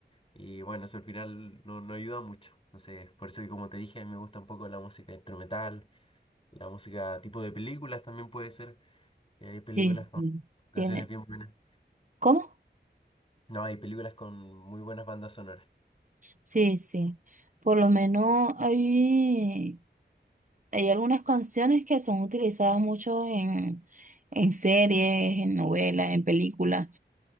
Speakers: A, on the left; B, on the right.
A: y bueno, eso al final no, no ayuda mucho. Entonces, por eso que como te dije, a mí me gusta un poco la música instrumental, la música tipo de películas también puede ser. que Hay películas
B: Sí,
A: con
B: sí,
A: canciones
B: Tiene-
A: bien buenas.
B: ¿Cómo?
A: No, hay películas con muy buenas bandas sonoras.
B: sí, sí. Por lo menos hay. Hay algunas canciones que son utilizadas mucho en, en series, en novelas, en películas,